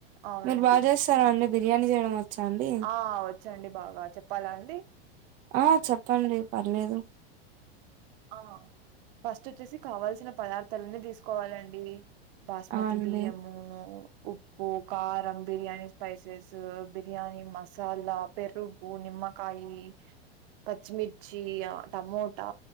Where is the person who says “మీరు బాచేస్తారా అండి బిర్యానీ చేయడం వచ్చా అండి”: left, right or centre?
Right